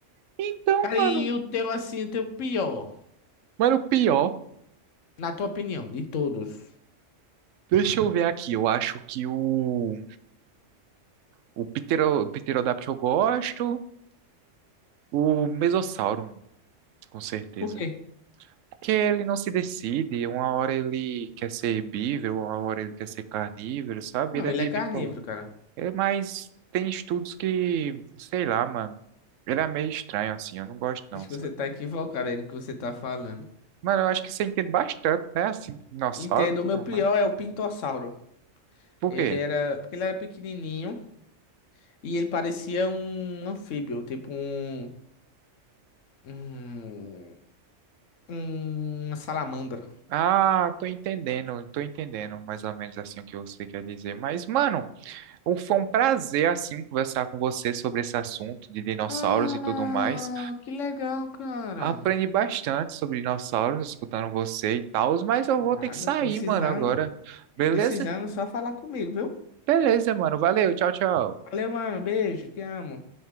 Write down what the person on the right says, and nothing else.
Então,
mano,
mano, pior.
Deixa eu ver aqui. Eu acho que o, o Ptero, Pterodáctilo eu gosto. O Mesossauro, com certeza.
Porque ele não se decide. Uma hora ele quer ser herbívoro, uma hora ele quer ser carnívoro, sabe?
Ele é
meio
bipolar.
É, mas tem estudos que, sei lá, mano. Ele é meio estranho, assim. Eu não gosto, não,
sabe?
Mano, eu acho que você entende bastante, né? Assim, dinossauro
e tudo
mais.
Por
quê?
Ah, tô entendendo, tô entendendo mais ou menos assim o que você quer dizer. Mas, mano, um- foi um prazer, assim, conversar com você sobre esse assunto de dinossauros
e tudo mais.
Aprendi bastante sobre dinossauros escutando você e tal, mas eu
vou ter que sair,
mano, agora. Beleza?
Beleza, mano. Valeu, tchau, tchau.